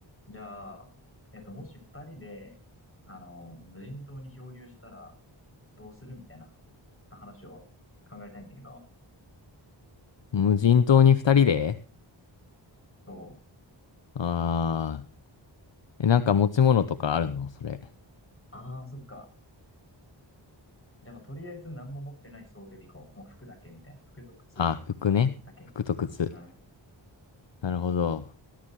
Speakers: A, on the left; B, on the left.
A: じゃあ、えっと、もし二人で、あの、無人島に漂流したら、どうするみたいな、ちょっと話を考えたいんだけど、
B: 無人島に二人で
A: そう。
B: あー。え、なんか持ち物とかあるのそれ。
A: ああ、そっか。じゃあ、まあとりあえず何も持ってない想定でいこう。もう服だけみたいな。服と靴
B: あ、服ね。
A: だけ。
B: 服と靴。
A: うん。じ
B: なるほど。